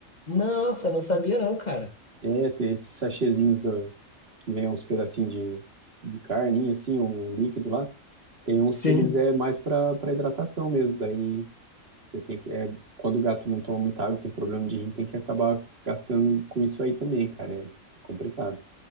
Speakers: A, on the left; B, on the right.
A: Nossa, não sabia não, cara.
B: É, tem esses sachêzinhos do, que vem uns pedacinhos de, de carninha, assim, um líquido lá. Tem uns
A: Sim.
B: que eles é mais para para hidratação mesmo. Daí você tem que. É, quando o gato não toma muita água, tem problema de rim, tem que acabar gastando com isso aí também, cara. É, é complicado.